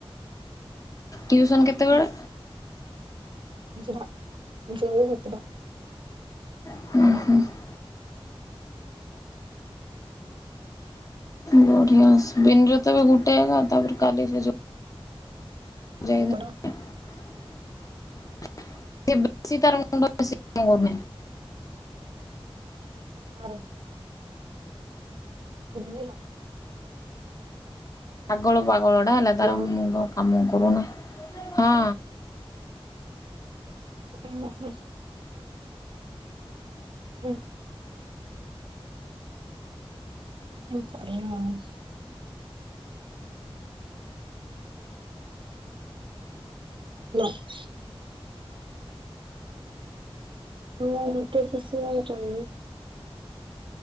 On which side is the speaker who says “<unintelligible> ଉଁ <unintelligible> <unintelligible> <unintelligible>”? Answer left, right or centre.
Right